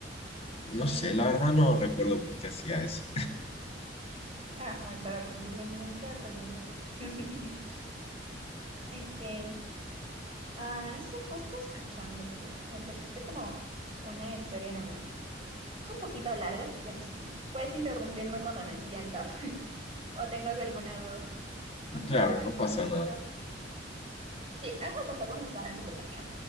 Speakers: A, on the left; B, on the right.
A: No
B: Bueno,
A: sé, la verdad no recuerdo por qué hacía eso.
B: es muy terrible, muy terrible. <laughs> Ok, ah, es que justo escuchándote, me trajiste como una historia en la mente. Es un poquito larga, así que sí. Puedes interrumpirme cuando no entiendas <laughs> o tengas alguna duda. Ah,
A: Claro,
B: Pero esto
A: no pasa
B: me pasó.
A: nada.
B: Sí, eso pasó cuando estaba en secundaria.